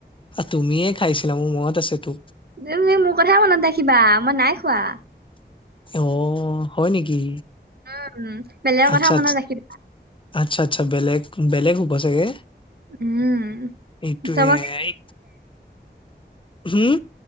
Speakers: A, on the left; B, on the right.
A: তুমিয়ে খাইছিলা মোৰ মনত আছে তো।
B: তুমি মোৰ কথাই মনত ৰাখিবা মই নাই খোৱা।
A: অ হয় নেকি?
B: উম বেলেগৰ
A: আত্চ্ছা
B: কথা মনত
A: আত্চ
B: ৰাখিবা
A: আত্চ্ছা আত্চ্ছা বেলেগ বেলেগ হ'ব চাগে।
B: উম
A: এইটোৱে
B: চবকে
A: এই হুম?